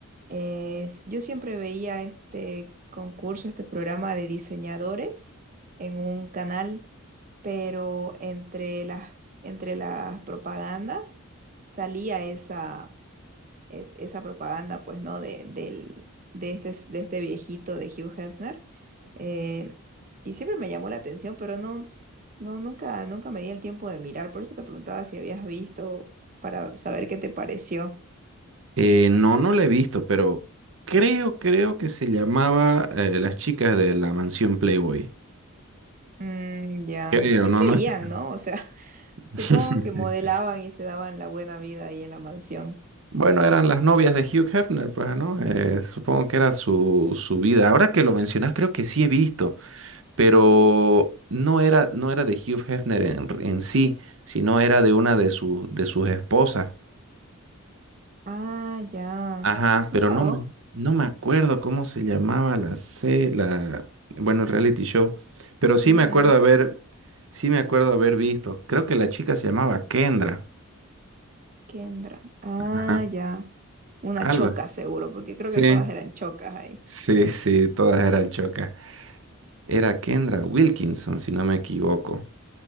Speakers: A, on the right; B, on the right.
A: eh, s- yo siempre veía este concurso, este programa de diseñadores en un canal, pero entre las, entre las propagandas salía esa es- esa propaganda, pues, ¿no? De, del, de este, de este viejito de Hugh Hefner. Eh, y siempre me llamó la atención, pero no, no, nunca, nunca me di el tiempo de mirar. Por eso te preguntaba si habías visto para saber qué te pareció.
B: Eh, no, no la he visto, pero creo, creo que se llamaba eh, Las chicas de la mansión Playboy.
A: Mm, ya.
B: Creo,
A: ¿Y
B: no,
A: qué
B: no
A: harían,
B: estoy seguro.
A: no? O sea, <laughs> supongo
B: <laughs>
A: que modelaban y se daban la buena vida ahí en la mansión.
B: Bueno, eran las novias de Hugh Hefner, pues, ¿no? Eh, supongo que era su, su vida. Ahora que lo mencionas, creo que sí he visto, pero no era, no era de Hugh Hefner en, en sí, sino era de una de sus, de sus esposas.
A: Ah, ya.
B: Ajá,
A: Mira
B: pero no
A: vos.
B: me, no me acuerdo cómo se llamaba la se- la, bueno, el reality show. Pero sí
A: Ujú.
B: me acuerdo haber, sí me acuerdo haber visto. Creo que la chica se llamaba Kendra.
A: Kendra. Ah,
B: Ajá,
A: ya. Una
B: algo.
A: choca seguro, porque creo
B: Sí,
A: que todas eran chocas ahí.
B: sí, sí, todas eran chocas. Era Kendra Wilkinson, si no me equivoco.